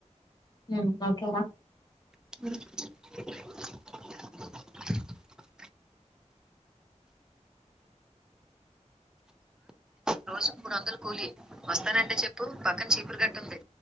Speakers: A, on the left; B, in the centre.
A: మ్ ఓకే రా
B: అ రోజుకు మూడు వందలు కూలి వస్తానంటే చెప్పు పక్కన చీపురు కట్టుంది